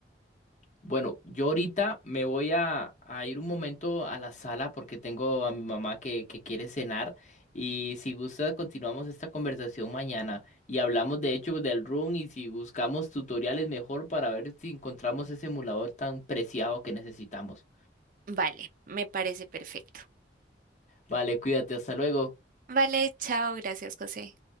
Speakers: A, on the left; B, on the right.
A: Bueno, yo ahorita me voy a, a ir un momento a la sala porque tengo a mi mamá que, que quiere cenar y si gusta continuamos esta conversación mañana y hablamos de hecho del room y si buscamos tutoriales mejor para ver si encontramos ese emulador tan preciado que necesitamos.
B: Vale, me parece perfecto.
A: Vale, cuídate, hasta luego.
B: Vale, chao, gracias, José.